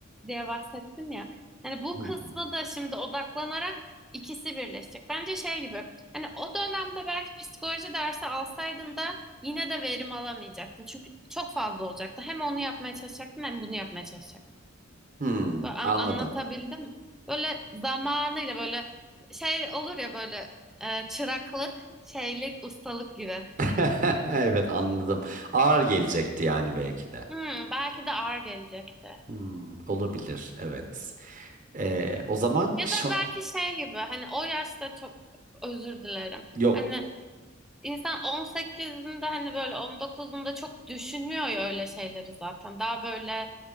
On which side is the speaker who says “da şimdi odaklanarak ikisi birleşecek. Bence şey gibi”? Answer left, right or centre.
Centre